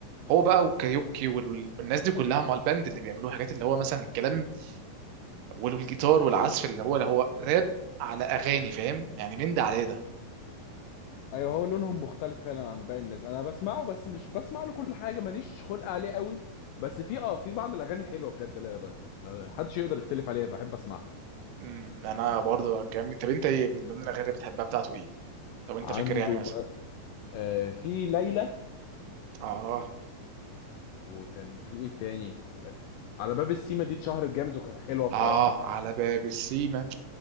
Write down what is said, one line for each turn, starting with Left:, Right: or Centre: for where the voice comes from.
Right: هو بقى وكاريوكي وال- والناس دي كلها مع الباند اللي بيعملوه حاجات اللي هو مثلا الكلام والجيتار والعزف اللي هو اللي هو راب على اغاني فاهم يعني من ده على ده
Left: ايوه هو لونهم مختلف فعلا عن باقي الناس انا بسمعه بس مش بسمع له كل حاجه ماليش خلق عليه قوي بس في اه في بعض الاغاني حلوه بجد لا ب- ما حدش يقدر يختلف عليها بحب اسمعها
Right: أمم، انا برضه كم... طب انت ايه من ضمن الاغاني اللي بتحبها بتاعته ايه لو انت
Left: عنده
Right: فاكر يعني مثلا
Left: م- آه في ليلى
Right: اه
Left: وكان في ايه تاني لا- على باب السيما دي اتشهرت جامد وكانت حلوه بصراحه
Right: اه على باب السيما